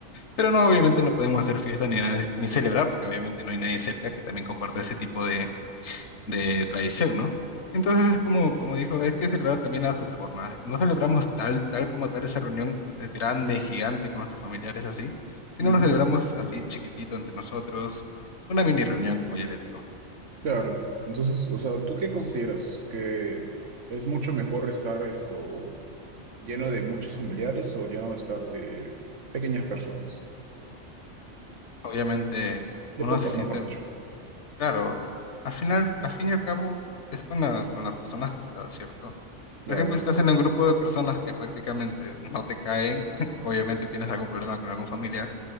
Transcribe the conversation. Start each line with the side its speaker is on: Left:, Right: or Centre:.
Left: pero no, obviamente no podemos hacer fiesta ni nada, ni celebrar, porque obviamente no hay nadie cerca que también comparta ese tipo de, de tradición, ¿no? Entonces es como, como dijo, es que celebrar también a su forma. No celebramos tal, tal como tal esa reunión eh, grande, gigante con nuestros familiares así, sino
Right: Ujú.
Left: nos celebramos así chiquitito entre nosotros, una mini reunión, como yo le digo.
Right: Claro. Entonces, o sea, ¿tú qué consideras? ¿Que es mucho mejor estar esto lleno de muchos familiares o lleno de estar de pequeñas personas?
Left: Obviamente
Right: De
Left: uno
Right: pocas,
Left: se siente
Right: mejor dicho.
Left: Claro, al final, al fin y al cabo, es con la- con las personas que estás, ¿cierto?
Right: Claro.
Left: Por ejemplo, si estás en un grupo de personas que prácticamente no te caen, <laughs> obviamente tienes algún problema con algún familiar,